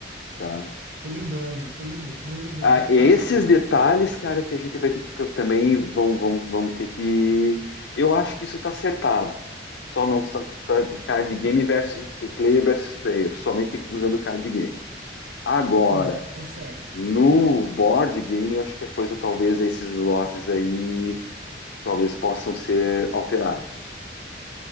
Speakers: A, on the left; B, on the right.
A: tá?
B: Tô lembrando, tô lembra, tô relembrando.
A: Ah,
B: Bem
A: esses
B: massa, cara.
A: detalhes, cara, que a gente vai ter que também vão, vão, vão ter que. Eu acho que isso tá acertado. Só não só que pra card game versus player versus player, somente usando card game. Agora,
B: Sim, tá certo.
A: No
B: Aham.
A: board game, eu acho que a coisa talvez esses lotes aí talvez possam ser alterados,